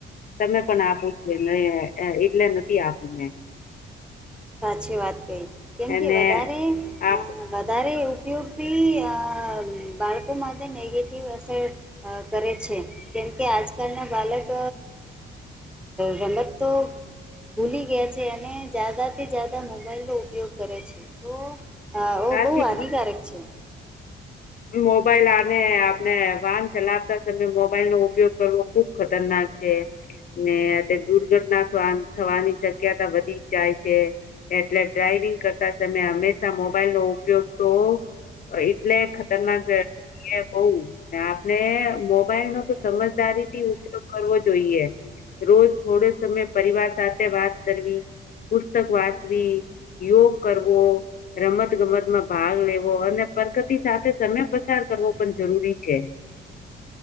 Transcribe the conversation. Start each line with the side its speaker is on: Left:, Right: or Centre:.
Left: તમે પણ આપો છ એટલે નથી આપું મે
Centre: સાચી વાત કહી કેમ
Left: એને
Centre: કે વધારે
Left: આપ
Centre: વધારે તો બી બાળકો માટે નેગેટિવ અસર કરે છે કે કેમકે આજકાલના બાળક રમત તો ભૂલી ગયા છે એને જતા થી જાદા મોબાઈલનો ઉપયોગ કરે છે તો
Left: સાચી
Centre: બહુ હાનિકારક છે
Left: મોબાઈલ આને આપને વાહન ચલાવતા સમય મોબાઈલ નો ઉપયોગ કરવો ખુબ ખતરનાક થાય છે ને તે દુર્ઘટના થવાની શક્યતા વધી જાય છે એટલે ડ્રાઈવિંગ કરતા તમે હંમેશા મોબાઈલ નો ઉપયોગ તો, એટલે તેમ જ એ બહ આપણે મોબાઈલ નો તો સમજદારી થી ઉપયોગ કરવો જોઈએ. રોજ થોડે સમય પરિવાર સાથે વાત કરવી. પુસ્તક વાચવી, યોગ કરવો, રમત ગમતમાં ભાગ લેવો અને પ્રગતિ સાથે તમે પસાર કરવો પણ જરૂરી છે.